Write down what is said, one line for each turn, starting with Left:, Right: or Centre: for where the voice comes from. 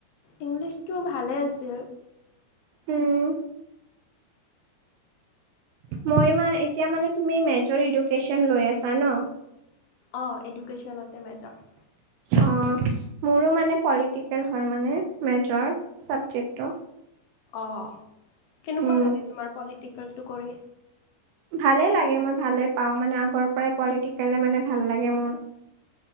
Left: ইংলিছটো ভালেই আছিল।
Right: উম, মই এতিয়া মানে তুমি মেজৰ এডুকেন লৈ আছা ন?
Left: অঁ এডুকেশ্যনতে মেজৰ
Right: অ মোৰো মানে পলিটিকেল হয় মানে মেজৰ ছাবব্জেক্টৰ
Left: অঁ কেনেকুৱা
Right: উম,
Left: লাগে তোমাৰ পলিটিকেলটো কৰি?
Right: ভালে লাগে মই ভালে পাওঁ মানে আগৰ পৰাই পলিটিকেলে মানে ভাল লাগে মোৰ